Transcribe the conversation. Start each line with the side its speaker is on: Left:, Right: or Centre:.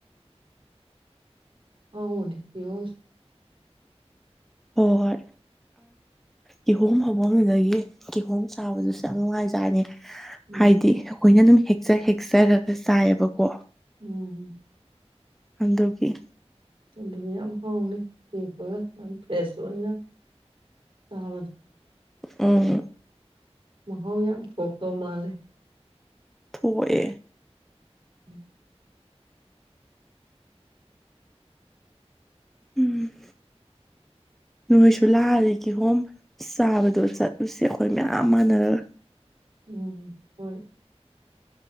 Right: ꯑ ꯍ ꯍ <unintelligible>
Centre: ꯍꯣꯏ ꯍꯣꯏ ꯀꯤꯍꯣꯝ ꯐꯐꯝꯗꯨꯗꯒꯤ ꯀꯤꯍꯣꯝ ꯆꯥꯕꯗꯨꯁꯨ ꯌꯥꯝ ꯅꯨꯡꯉꯥꯏꯖꯥꯅꯤ
Right: ꯎꯝ
Centre: ꯍꯥꯏꯗꯤ ꯑꯩꯈꯣꯏꯅ ꯑꯗꯨꯝ ꯍꯦꯛꯆ ꯍꯦꯛꯆꯔꯒ ꯆꯥꯏꯑꯕꯀꯣ
Right: ꯎꯝ
Centre: ꯑꯟꯗꯨꯒꯤ
Right: ꯑꯗꯨꯗꯤ ꯌꯥꯝ ꯍꯥꯎꯅꯤ ꯌꯦꯦꯛꯄꯒ ꯌꯥꯝ ꯐ꯭ꯔꯦꯁ ꯑꯣꯏꯅ ꯆꯥꯕ
Centre: ꯎꯝ
Right: ꯃꯍꯥꯎ ꯌꯥꯝ ꯊꯣꯛ ꯇꯧ ꯃꯥꯜꯂꯦ
Centre: ꯊꯣꯛꯑ
Right: ꯎꯝ
Centre: ꯎꯝ
Right: <unintelligible>
Centre: ꯅꯣꯏꯁꯨ ꯂꯥꯛ ꯀꯦꯍꯣꯝ ꯆꯥꯕꯗꯣ ꯆꯠꯂꯨꯁꯦ ꯑꯩꯈꯣꯏ ꯃꯌꯥꯝ ꯃꯥꯟꯅꯔꯒ
Right: ꯎꯝ ꯍꯣꯏ